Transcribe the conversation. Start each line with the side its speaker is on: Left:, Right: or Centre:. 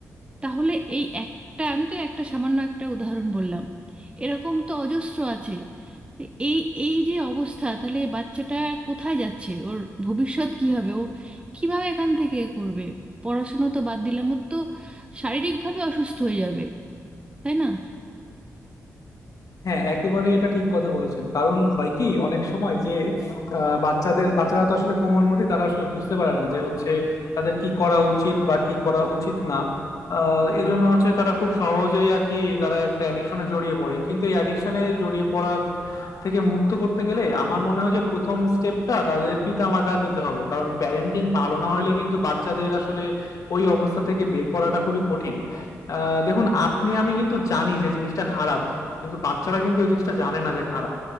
Right: তাহলে এই একটা আমি তো একটা সামান্য একটা উদাহরণ বললাম এরকম তো অজস্র আছে এই এই যে অবস্থা তাহলে এই বাচ্চাটা কোথায় যাচ্ছে ওর ভবিষ্যৎ কি হবে ও কিভাবে এখান থেকে এ করবে পড়াশুনো তো বাদ দিলাম ওর তো শারীরিকভাবে অসুস্থ হয়ে যাবে তাই না
Left: হ্যাঁ একেবারে এটা ঠিক কথা বলেছেন কারণ হয় কি অনেক সময় যে আহ, বাচ্চাদের বাচ্চারা তো আসলে কোমলমতি তারা আসলে বুঝতে পারে না যে হচ্ছে তাদের কি করা উচিত বা কি করা উচিত না আহ এই জন্য হচ্ছে তারা খুব সহজেই আর কি তারা একটা অ্যাডিকশনে জড়িয়ে পড়ে কিন্তু এই অ্যাডিকশনে জড়িয়ে পড়ার থেকে মুক্ত করতে গেলে আমার মনে হয় যে প্রথম স্টেপটা তাদের পিতামাতার নিতে হবে কারণ প্যারেন্টিং ভালো না হলে কিন্তু বাচ্চাদের আসলে ওই অবস্থা থেকে বের করাটা খুবই কঠিন আহ দেখুন আপনি আমি কিন্তু জানি যে জিনিসটা খারাপ কিন্তু বাচ্চারা কিন্তু ওই জিনিসটা জানে না যে খারাপ